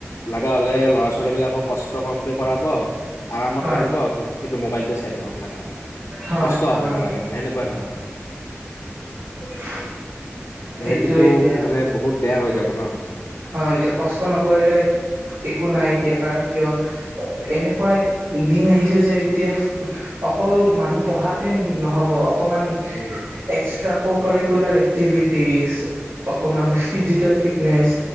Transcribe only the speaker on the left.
লগা হলে ল'ৰা ছোৱালী বিলাকক কষ্ট কমকে কৰাব আৰামত
ৰাখিব কিন্তু মোবাইলটোৱে চাই থাকক লগা হ
কষ্ট
হব নালাগে মানে সেনেকুৱা ধৰণৰ
ত সেইটোতো
মানে বহুত বেয়া হৈ যাব ন
উম